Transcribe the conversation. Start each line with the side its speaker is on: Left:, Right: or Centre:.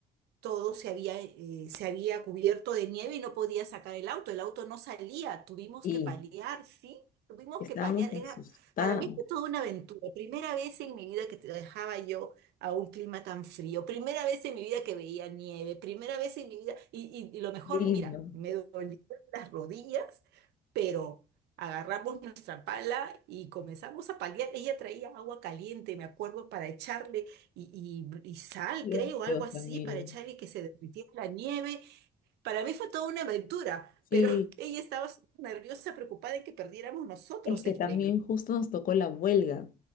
Right: todo se había, eh, se había cubierto de nieve y no podía sacar el auto, el auto no salía, tuvimos
Left: Y
Right: que paliar, ¿sí? Tuvimos
Left: estábamos
Right: que paliar,
Left: asustadas.
Right: era, para mí fue toda una aventura, primera vez en mi vida que te dejaba yo a un clima tan frío, primera vez en mi vida que veía nieve, primera vez en mi vida, y, y- y lo mejor,
Left: Lindo.
Right: mira, me dolían las rodillas, pero... Agarramos nuestra pala y comenzamos a paliar. Ella traía agua caliente, me acuerdo, para echarle y, y- y sal,
Left: Graciosa,
Right: creo, algo así,
Left: Miriam.
Right: para echar y que se derritiera la nieve. Para mí fue toda una aventura,
Left: Sí,
Right: pero <laughs> ella estaba súper nerviosa, preocupada en que perdiéramos nosotros
Left: Es que
Right: el
Left: también
Right: tren.
Left: justo nos tocó la huelga.